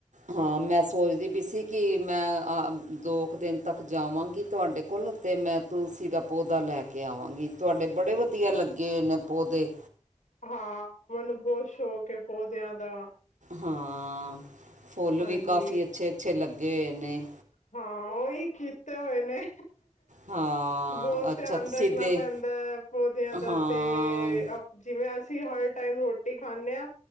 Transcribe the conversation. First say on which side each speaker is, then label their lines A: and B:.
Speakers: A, on the right; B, on the left.
A: ਹਾਂ, ਮੈਂ ਸੋਚਦੀ ਪੀ ਸੀ ਕਿ ਮੈਂ ਆ ਦੋ ਕੁ ਦਿਨ ਤੱਕ ਜਾਵਾਂਗੀ ਤੁਆਡੇ ਕੋਲ ਤੇ ਮੈਂ ਤੁਲਸੀ ਦਾ ਪੌਦਾ ਲੈ ਕੇ ਆਵਾਂਗੀ, ਤੁਅਡੇ ਬੜੇ ਵਧੀਆ ਲੱਗੇ ਨੇ ਪੌਦੇ।
B: ਹਾਂ, ਮੈਨੂੰ ਬੋਤ ਸ਼ੌਕ ਐ ਪੌਦਿਆਂ ਦਾ।
A: ਹਾਂ, ਫੁੱਲ
B: ਹਾਂਜੀ
A: ਵੀ ਕਾਫੀ ਅੱਛੇ-ਅੱਛੇ ਲੱਗੇ ਹੋਏ ਨੇਂ।
B: ਹਾਂ, ਉਈ ਕੀਤੇ ਹੋਏ ਨੇ।
A: ਹਾਂ
B: ਬੋਤ
A: ਅੱਛਾ
B: ਧਿਆਨ
A: ਤੁਸੀਂ
B: ਰੱਖਣਾ
A: ਦੇ
B: ਪੈਂਦਾ ਐ, ਪੌਦਿਆਂ ਦਾ
A: ਹਾਂ
B: ਤੇ ਜਿਵੇਂ ਅਸੀਂ ਹਰ ਟਾਈਮ ਰੋਟੀ ਖਾਂਣੇ ਆਂ